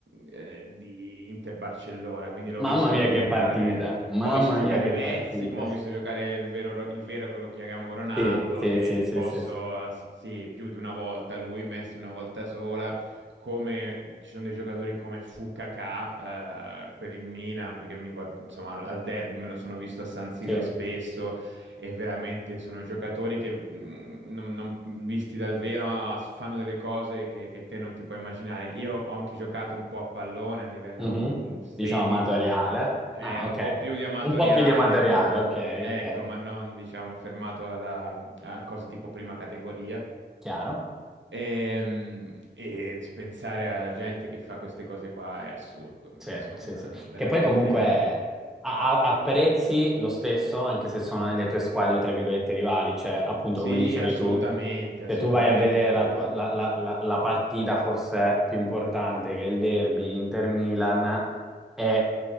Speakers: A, on the right; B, in the centre.
A: eh, di Inter-Barcellona, quindi l'ho
B: Mamma
A: visto
B: mia
A: anche
B: che
A: giocare.
B: partita, mamma
A: Ho visto giocare
B: mia che
A: Messi,
B: partita.
A: come ho visto giocare il vero, Ro- il vero che lo chiamiamo Ronaldo,
B: Sì, sì,
A: e
B: sì,
A: ti
B: sì,
A: posso,
B: sì, sì.
A: s- sì, più di una volta lui, Messi una volta sola, come ci sono dei giocatori come Fu Kakà, eh, per il Milan, perché mi guardo, insomma, al, al derby me lo sono visto a San Siro
B: Sì.
A: spesso, e veramente sono giocatori che mh, non, non- visti dal vero ah, fanno delle cose che, che te non ti puoi immaginare. Io ho anche giocato un po' a pallone a livello
B: Mhm.
A: mh, semi,
B: Diciamo amatoriale.
A: diciamo, eh,
B: Ah,
A: un
B: ok.
A: po' più di amatoriale,
B: Un po' più di amatoriale,
A: ma
B: ok,
A: ecco,
B: ok.
A: ma non diciamo fermato alla- a cose tipo prima categoria.
B: Chiaro?
A: Ehm, E, pensare a gente che fa queste cose qua è assurdo,
B: Sì,
A: insomma,
B: sì, sì.
A: veramente.
B: Che poi comunque a- a- apprezzi lo stesso, anche se sono nelle tue squadre, tra virgolette, rivali. Cioè, appunto,
A: Sì,
B: come dicevi
A: assolutamente,
B: tu, se
A: assolutamente.
B: tu vai a vedere la, tua, la, la- la- la partita forse più importante, che è il derby Inter-Milan, e